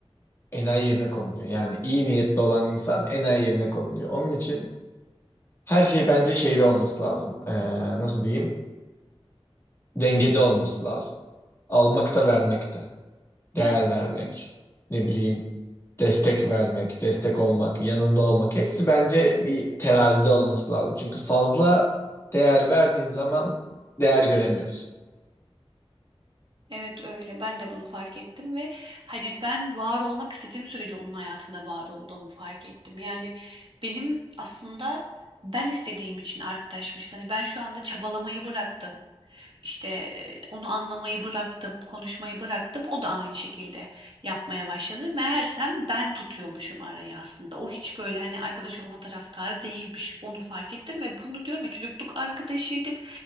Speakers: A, on the left (about 25°); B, on the right (about 55°).
A: enayi yerine konuluyor. Yani iyi niyetli olan insan enayi yerine konuluyor. Onun için Her şey bence şeyde olması lazım. Ee, nasıl diyeyim? Dengede olması lazım. Almak da vermek de. Değer
B: Yani
A: vermek. Ne bileyim. Destek vermek, destek olmak, yanında olmak. Hepsi bence bir terazide olması lazım. Çünkü fazla değer verdiğin zaman değer göremiyorsun.
B: Evet öyle. Ben de bunu fark ettim ve hani ben var olmak istediğim sürece onun hayatında var olduğumu fark ettim. Yani benim aslında ben istediğim için arkadaşmışız. Hani ben şu anda çabalamayı bıraktım. İşte e, onu anlamayı bıraktım, konuşmayı bıraktım. O da aynı şekilde yapmaya başladı. Meğersem ben tutuyormuşum arayı aslında. O hiç böyle hani arkadaş olma taraftarı değilmiş. Onu fark ettim ve bunu diyorum ya çocukluk arkadaşıydık.